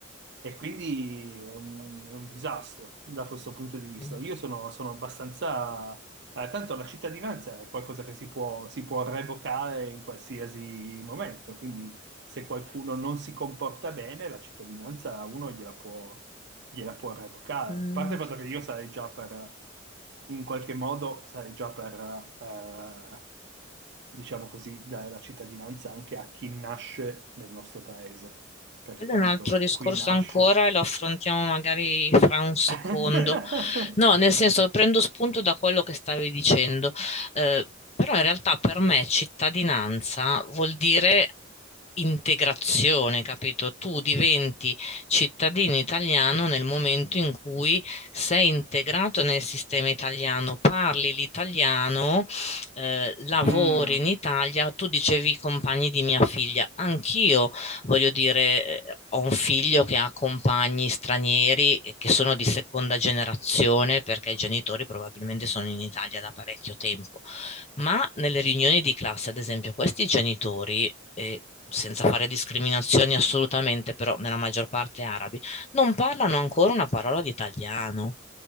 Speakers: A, on the right; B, on the left.
A: E quindi è un, è un disastro da questo punto di vista.
B: <laughs>
A: Io sono, sono abbastanza eh, tanto la cittadinanza è qualcosa che si può, si può revocare in qualsiasi momento, quindi se qualcuno non si comporta bene, la cittadinanza uno gliela può, gliela può revocare.
B: Mm,
A: A parte il fatto che io sarei già per, in qualche modo, sarei già per, eh, diciamo così, dare la cittadinanza anche a chi nasce nel nostro paese, perché
B: Quello
A: tanto
B: è un altro discorso
A: qui nasce.
B: ancora e lo affrontiamo magari fra un secondo.
A: <laughs>
B: No, nel senso, prendo spunto da quello che stavi dicendo, eh, però in realtà per me cittadinanza vuol dire integrazione, capito? Tu diventi cittadino italiano nel momento in cui sei integrato nel sistema italiano, parli l'italiano, eh, lavori
A: Mm,
B: in Italia, tu dicevi i compagni di mia figlia, anch'io voglio dire, eh, ho un figlio che ha compagni stranieri eh, che sono di seconda generazione perché i genitori probabilmente sono in Italia da parecchio tempo, ma nelle riunioni di classe, ad esempio, questi genitori, eh, senza fare discriminazioni assolutamente, però nella maggior parte arabi, non parlano ancora una parola di italiano.